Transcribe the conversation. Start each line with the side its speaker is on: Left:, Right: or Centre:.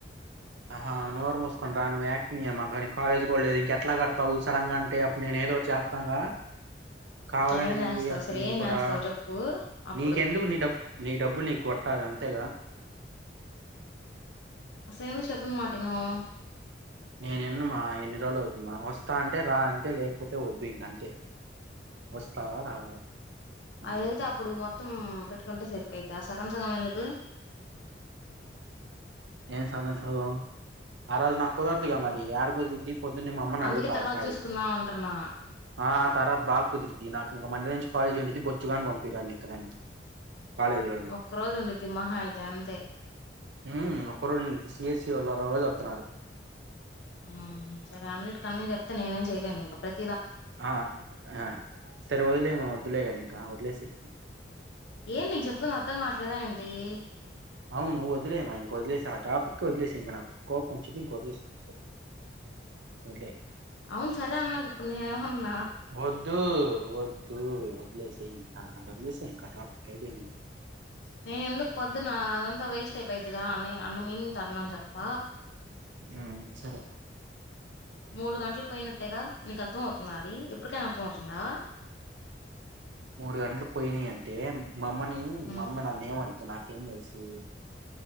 Right: ఆహా నోరు మూసుకుని రా నువ్వు యాక్టింగ్ చెమక నీకు కాలేజ్ కూడా లేదు ఇంకా ఎట్లా కడతావు సడన్ గా అంటే అప్పుడు నేను ఏదో ఒక్కటి చేస్తాగా కావాలని
Left: ఏం చేస్తావు
Right: చేయేస్త
Left: సరే
Right: నువ్వు
Left: ఏం
Right: కూడా
Left: చేస్తావు చెప్పు అప్పుడు
Right: నీకెందుకు నీ డబ్బు నీ కొట్టాలి అంతేగా
Left: అసలు ఎందుకు చెప్పిన మాట వినవ్
Right: నేను విన్నను మా ఎన్ని రోజులు అవుతుంది మా వస్తా అంటే రా అంతే లేకపోతే వద్దు ఇంక అంతే వస్తావా రావా అంతే
Left: అదైతే అప్పుడు మొత్తం పెట్టుకుంటే సరిపోయింది ఎ సగం సగం ఎందుకు
Right: ఏం సగం సగం అ రోజు నాకూ కుదరదుగా మరి యదా కుదిరీద్ది పొద్దున్నే మ అమ్మని
Left: అందుకే
Right: అడుగుతా
Left: తర్వాత
Right: ఒకసారి
Left: చూసుకుందాం అంటున్నా
Right: ఆ ఆ తర్వాత బాగా కుదిరీద్ది నాకు ఇంక మండే నుంచి కాలేజ్ ఉండిది బొచ్చుగాని పంపిరు వాళ్ళు ఇంక నన్ను కాలేజీలోళ్ళు
Left: ఒక్కరోజు ఉండిద్ది మహా అయితే అంతే
Right: ఉమ్ ఒకరోజు ఉండిద్ది సిఎస్సి వాళ్ళు రోజు వత్తన్నారు
Left: మ్మ్ సరే అన్నిటికీ అన్ని చెప్తే నేను ఏం చేయలేను క ప్రథీ
Right: ఆ ఆ సరే వదిలేయి మా వద్దులేగానీ ఇంకా వదిలేసేయి
Left: ఏం నీకు చెప్తుంది అర్థం కావట్లేదా ఏంటి ఏంటి
Right: అవును వదిలేమ్మా ఇంకా వదిలేసేయి ఆ టపిక్ ఏ వదిలేసేయి ఇంకా నాకు కోపం వచ్చిది ఇంకా వదిలేసేయి వదిలే
Left: అవును సరే అన్నగా ఇప్పుడు నేను ఏం అన్న
Right: వద్దు వద్ వద్దు వదిలేసేయి ఇంకా అది వదిలేసేయి ఇంకా ఆ టాపిక్ అయిపోయిందిగా
Left: నేను ఎందుకు పొద్దునా అదంతా వేస్ట్ స్టేప్ అయిపోయిదిగా అని అన్న మీనింగ్తో అన్నాను తప్ప
Right: ఉమ్ సరే
Left: మూడు గంటలు పోయినట్టేగా నీకు అర్థం అవుతుందా అది ఇప్పటికైనా అర్థం అవుతుందా
Right: మూడు గంటలు పోయినాయి అంటే మ అమ్మని
Left: మ్మ్
Right: మా అమ్మ నాను ఏం అడి నాకేం తెలుసు